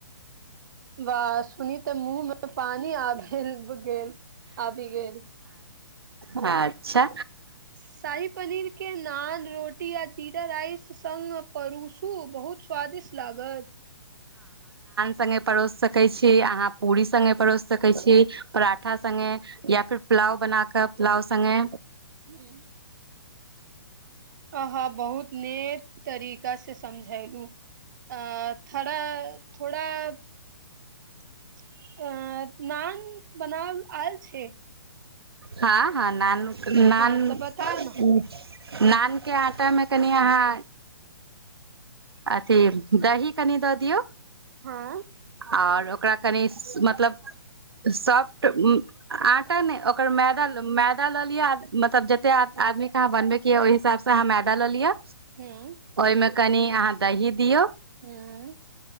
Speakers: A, on the right; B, on the right.
A: वाह सुनी ते मुँह मे पानी आब गेल आबि गेल
B: अच्छा
A: शाही पनीर के नान रोटी आज जीरा राईस संग परूसु बहुत स्वादिष्ट लागत
B: सङ्गे परोसि सकैत छी अहाँ पूरी सङ्गे परोसि सकैत छी पराठा सङ्गे या फिर पुलाव बनााकऽ पुलाव सङ्गे
A: हूं अहब बहुत ने तरीक कैसे समझायलू अ थोड़ा थोड़ा अ नान बनाव आयल छै
B: हां हां नान नान।
A: हँ तऽ बताउ ने
B: ऊं नानके आटामे कनि अहाँ अच्छ दही कनि दऽ दियौ
A: हँ
B: आओर ओकरा कनि मतलब सॉफ्ट आटा नहि ओकर मैदा मैदा लऽ लिअ मतलब जतेक आदमीके अहाँ बनबैके यऽ ओहि हिसाबसँ अहाँ मैदा लऽ लिअ
A: हूंअ्
B: ओहिमे कनि अहाँ दही दियौ
A: हूंअ्